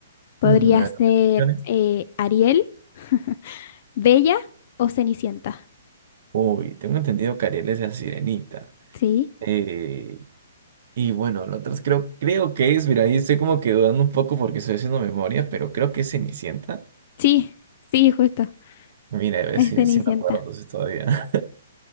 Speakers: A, on the left (about 40°); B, on the right (about 50°).
A: ¿Podría
B: Mm, a ver,
A: ser
B: toca opciones.
A: eh, Ariel, <laughs> Bella o Cenicienta?
B: Uy, tengo entendido que Ariel es la sirenita.
A: Sí,
B: Eh, y bueno, lo otra creo, creo que es, mira, ahí estoy como que dudando un poco porque estoy haciendo memoria, pero creo que es Cenicienta.
A: sí, sí, justo,
B: Mira, a ver
A: es
B: si,
A: Cenicienta.
B: si me acuerdo entonces todavía.